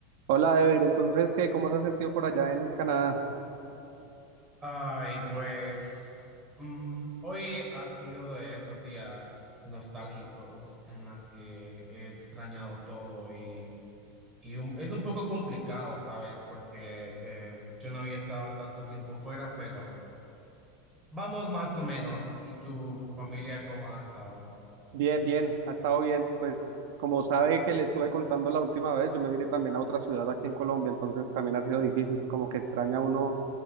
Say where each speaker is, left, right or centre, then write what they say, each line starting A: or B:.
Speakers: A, on the right (about 65°); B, on the right (about 15°).
A: Hola, Ever. Entonces, ¿qué? ¿Cómo se ha sentido por allá en Canadá?
B: Ay, pues mm, hoy ha sido de esos días nostálgicos en los que he extrañado todo y, y un- es un poco complicado, ¿sabes? Porque eh, yo no había estado tanto tiempo fuera, pero vamos más o menos. ¿Y tu familia cómo ha estado?
A: Bien, bien, ha estado bien. Pues, como sabe que le estuve contando la última vez, yo me vine también a otra ciudad aquí en Colombia, entonces también ha sido difícil. Como que extraña uno